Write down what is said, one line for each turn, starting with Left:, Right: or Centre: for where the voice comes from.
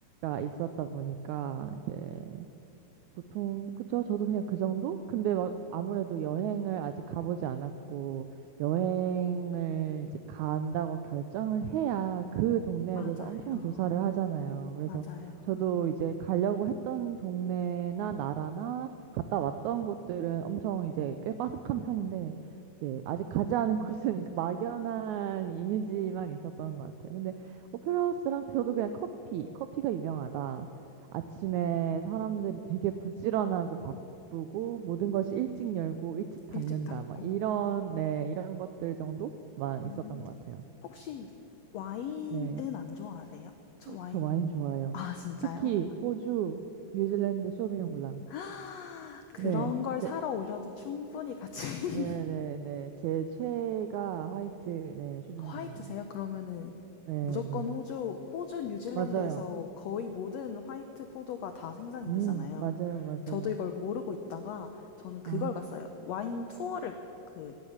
Right: 있었다 보니까 이제 보통 그쵸? 저도 그냥 그 정도? 근데 막 아무래도 여행을 아직 가보지 않았고 여행을 이제 간다고 결정을 해야 그 동네에
Left: 맞아요.
Right: 대해서 엄청 조사를 하잖아요. 그래서
Left: 맞아요. 맞아요.
Right: 저도 이제 가려고 했던 동네나 나라나 갔다 왔던 곳들은 엄청 이제 꽤 빠삭한 편인데 이제 아직 가지 않은 <laughs> 곳은 그 막연한 이미지만 있었던 것 같아요. 근데 오페라 하우스랑 저도 그냥 커피, 커피가 유명하다. 아침에 사람들이 되게 부지런하고 바쁘고 모든 것이 일찍 열고 일찍 닫는다.
Left: 일찍 닦고.
Right: 막 이런, 네, 이런 것들 정도만 있었던
Left: 음.
Right: 것 같아요.
Left: 혹시 와인은
Right: 네.
Left: 안 좋아하세요? 저 와인,
Right: 저 와인 좋아해요.
Left: 아, 진짜요?
Right: 특히
Left: 혹-
Right: 호주, 뉴질랜드 쇼비뇽 블랑.
Left: <gasps> 그런
Right: 네.
Left: 걸 사러
Right: 제-
Left: 오셔도 충분히 가치는
Right: 네, 네, 네. 제 최애가 화이트, 네,
Left: <laughs>
Right: 쇼비뇽
Left: 화이트세요?
Right: 블랑입니다.
Left: 그러면은
Right: 네,
Left: 무조건
Right: 네.
Left: 호주, 호주, 뉴질랜드에서
Right: 맞아요.
Left: 거의 모든 화이트 포도가 다 생산이
Right: 음,
Left: 되잖아요.
Right: 맞아요, 맞아요.
Left: 저도 이걸 모르고 있다가 저는 그걸
Right: 아,
Left: 갔어요. 와인 투어를 그